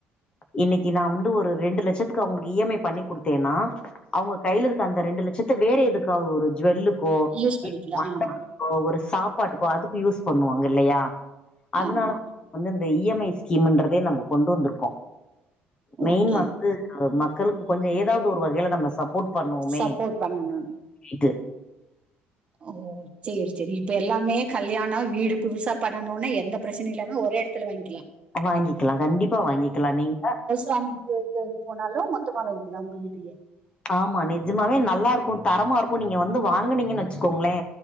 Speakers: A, on the left (about 25°); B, on the right (about 30°).
A: இன்னிக்கி நா வந்து ஒரு ரெண்டு லட்சத்துக்கு அவுங்களுக்கு இ எம் ஐ பண்ணி குடுத்தேன்னா அவுங்க கைலருக்க அந்த ரெண்டு லட்சத்த வேற எதுக்காவ் ஒரு ஜுவெல்லு க்கோ
B: யூஸ் பண்ணிக்கலாம்
A: மண்டபத்துக்கோ
B: ஆமா
A: ஒரு சாப்பாட்டுக்கோ அதுக்கு யூஸ் பண்ணுவாங்க இல்லயா அதனால
B: ஆமா
A: வந்து இந்த இ எம் ஐ ஸ்கீம்ன்றதே நாங்க கொண்டு வந்துருக்கோ மெயின்
B: ஓகே
A: வந்து மக்களுக்கு கொஞ்சோ ஏதாவ்து ஒரு வகைல நம்ம சப்போர்ட் பண்ணுவோமே
B: சப்போர்ட் பண்ணணும்
A: இது
B: ஓ சேர் செரி இப்ப எல்லாமே கல்யாணோ வீடு புதுசா பண்ணணூனு எந்த பிரச்சனையில்லனா ஒரே எடத்துல வாங்கிக்கலா
A: வாங்கிக்கலா கண்டிப்பா வாங்கிக்கலா நீங்க
B: பேமிலிக்காகன் போனாலு மொத்தமா வாய்ங்க்கலா அவுங்க கிட்டயே
A: ஆமா நெஜமாவே நல்லாருக்கு தரமாருக்கு நீங்க வந்து வாங்கனீங்கன் வச்சிக்கோங்ளே